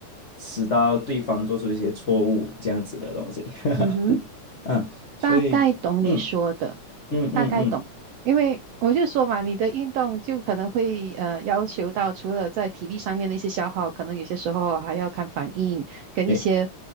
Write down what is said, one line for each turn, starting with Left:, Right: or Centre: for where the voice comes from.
Left: 使到对方做出一些错误这样子的东西。
Right: 嗯哼，
Left: <laughs> 嗯，所以，
Right: 大概懂你说的，
Left: 嗯嗯嗯嗯，
Right: 大概懂。因为我就说嘛，你的运动就可能会呃要求到除了在体力上面的一些消耗，可能有些时候还要看反应跟一些
Left: 对，